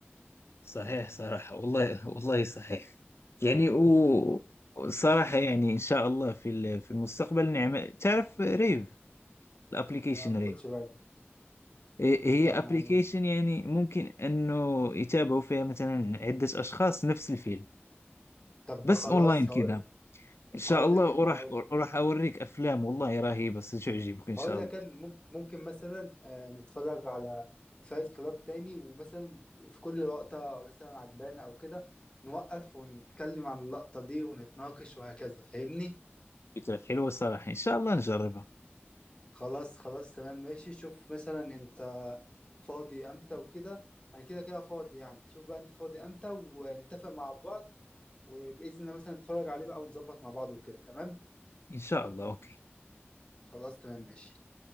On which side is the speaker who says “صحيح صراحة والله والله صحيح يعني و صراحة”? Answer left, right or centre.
Left